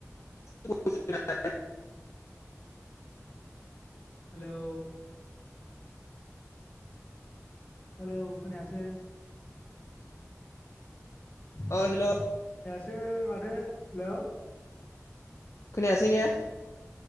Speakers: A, on the left; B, on the left.
A: <inaudible>
B: हालौ हेलौ खोनायासै
A: अ हेल'
B: सै माथो हेल'
A: खोनयासैने?